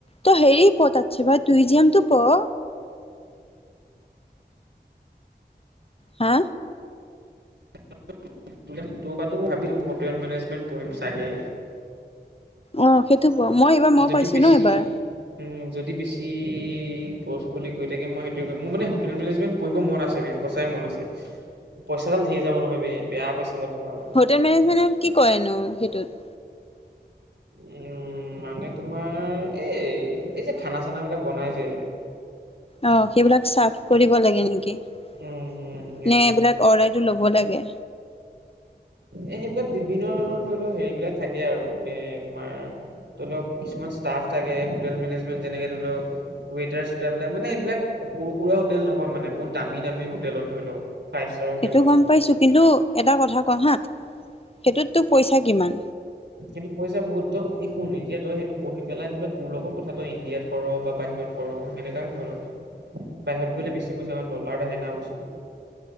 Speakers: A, on the left; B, on the right.
A: ত' হেৰি পঢ় তাতচে ভাই তুৰিজিয়ামটো পঢ়। হা?
B: <unintelligible> ভাবি হোটেল মেনেজমেন্ট পঢ়িম চাগে।
A: অ' সেইটো পঢ় মই এইবাৰ মই
B: যদি
A: পাইছো
B: বেছি
A: ন এইবাৰ।
B: উম, যদি বেছি খৰচ বুলি কৈ তাকে মই সেইটোৱে কৰিম। মোৰ মানে হোটেল মেনেজমেণ্ট পঢ়িব মন আছে বে। সঁচাই মন আছে পইচাডাল ধেই যাব নহয় বে বেয়া পইচা। যাব ভাল
A: হোটেল মেনেজমেণ্টত কি কৰেনো সেইটোত?
B: উম। উম, মানে তোমাৰ এই এই যে খানা-চানা বিলাক বনাই যে।
A: অ' সেইবিলাক চাফ কৰিব লাগে নেকি। নে
B: উম উম সেইবিলাক
A: এইবিলাক অৰাইটো ল'ব লাগে।
B: এ সেইবিলাক বিভিন্ন ধৰণৰ ধৰি লও হেৰি বিলাক থাকে আৰু এ তোমাৰ ধৰি লওক কিছুমান ষ্টাফ থাকে হোটেল মেনেজমেণ্ট যেনেকে ধৰি লওক ৱটাৰ চৱেটাৰ বিলাক মানে এইবিলাক সৰু-সুৰা হোটেল নহয় মানে বহুত দামী-দামী হোটেলত ধৰি লওক ফাইভ ষ্টাৰ হোটেলত
A: সেইটো গম পাইছোঁ কিন্তু এটা কথা কওঁ হা সেইটোততো পইচা কিমান?
B: <unintelligible> পইচা বহুত তয় এই শুন এতিয়া তই সেইটো পঢ়ি পেলাই ধৰি লও তোৰ লগত কথা তই ইণ্ডিয়াত কৰ বা বাহি <unintelligible> কৰোঁ সেনেকাই। <unintelligible> বাহিৰত কৰিলে বেছি পইছা কাৰণ ডলাৰত আহে না বস্তুতো।